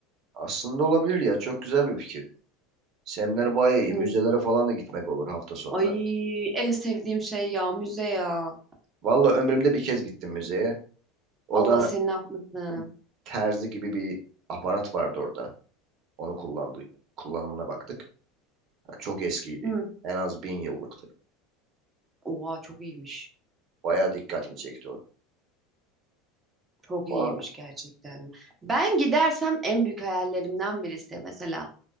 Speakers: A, on the right; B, on the right.
A: aslında olabilir ya çok güzel bir fikir. Semler bayağı iyi.
B: Hı.
A: Müzelere falan da gitmek olur hafta sonları.
B: Ay en sevdiğim şey ya müze ya.
A: Valla ömrümde bir kez gittim müzeye. O
B: Allah
A: da
B: seni ne yapmasın.
A: bir terzi gibi bir aparat vardı orada. Onu kullandı, kullanımına baktık. Ya çok eskiydi.
B: Hı.
A: En az bin yıllıktı.
B: Oha çok iyiymiş.
A: Bayağı dikkatimi çekti o.
B: Çok
A: Ama
B: iyiymiş gerçekten. Ben gidersem en büyük hayallerimden birisi mesela